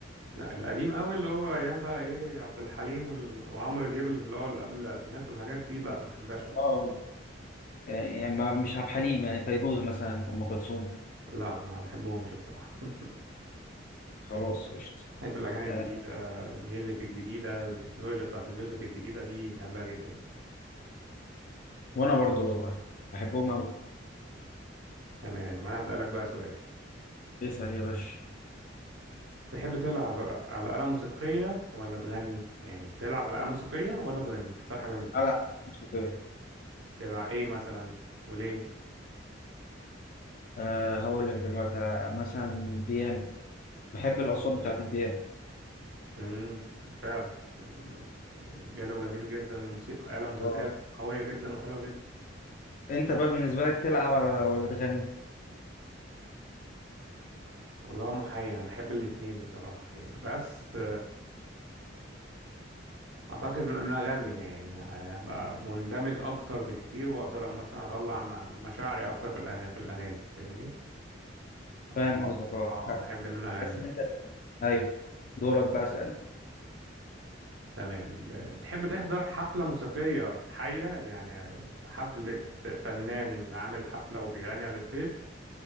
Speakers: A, on the right; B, on the left.
A: لا القديم قوي اللي هو ايام بقى ايه عبد الحليم وال... وعمرو دياب اللي هو اللي قبل الالفينات والحاجات دي لا ما بحبهاش خالص
B: اه يعني يعني ما- مش عبد الحليم يعني فيروز مثلا أم كلثوم
A: لا ما بحبهمش بصراحة <laughs>
B: خلاص قشطة
A: بحب الأغاني الجديدة
B: آه،
A: الميوزك الجديدة التكنولوجيا بتاعت الميوزك الجديدة دي بحبها جدا يعني
B: وانا برضو والله بحبهم قوي
A: تمام وأنا هسألك بقى سؤال
B: اسال يا باشا
A: تحب تلعب على آلة موسيقية ولا تغني يعني تلعب على آلة موسيقية ولا تغني اختار حاجة من الاتنين
B: على موسيقية.
A: تلعب إيه مثلا وليه
B: أه هقول لك دلوقتي آه، مثلا بيانو بحب الأصوات بتاعت البيانو
A: امم فعلا مم. يعني بيانو جميل جدا الموسيقى آلة موسيقية
B: اه
A: قوية جدا وحلوة جدا
B: أنت بقى بالنسبة لك تلعب على ولا تغني
A: والله محير أنا بحب الاتنين بصراحة يعني بس اعتقد ان انا اغني يعني هبقى مندمج اكتر بكتير واقدر مثلا اطلع م- مشاعري اكتر في الأغ- في الاغاني فاهمني أحب-
B: فاهم قصدك أه
A: اه احب ان انا
B: بس
A: اغني
B: إن أنت تفهم. أيوه دورك بقى اسأل
A: تمام ب- تحب تحضر حفلة موسيقية حية يعني حفلة فنان عامل حفلة وبيغني على الستيج